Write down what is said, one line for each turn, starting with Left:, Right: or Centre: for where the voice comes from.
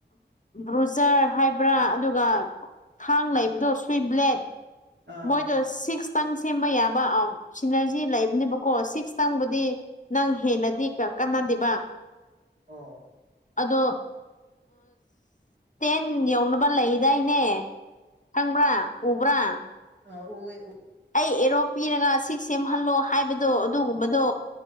Left: ꯕ꯭ꯔꯨꯖꯔ ꯍꯥꯏꯕ꯭ꯔꯥ ꯑꯗꯨꯒ ꯊꯥꯡ ꯂꯩꯕꯗꯣ ꯁ꯭ꯨꯋꯤꯠ ꯕ꯭ꯂꯦꯠ
Right: ꯑꯥ
Left: ꯃꯣꯏꯗꯣ ꯁꯤꯛꯁꯇꯪ ꯁꯦꯝꯕ ꯌꯥꯕ ꯑ ꯁꯤꯅꯔꯖꯤ ꯂꯩꯕꯅꯦꯕꯀꯣ ꯁꯤꯛꯁꯇꯪꯕꯨꯗꯤ ꯅꯪ ꯍꯦꯟꯅꯗꯤ ꯀꯥꯟꯅꯗꯦꯕ
Right: ꯑꯥ
Left: ꯑꯗꯣ ꯇꯦꯟ ꯌꯧꯅꯕ ꯂꯩꯗꯥꯏꯅꯦ ꯈꯪꯕ꯭ꯔꯥ ꯎꯕ꯭ꯔꯥ
Right: ꯑ ꯎ
Left: ꯑꯩ ꯑꯦꯔꯣ ꯄꯤꯔꯒ ꯁꯤ ꯁꯦꯝꯍꯜꯂꯣ ꯍꯥꯏꯕꯗꯣ ꯑꯗꯨꯒꯨꯝꯕꯗꯣ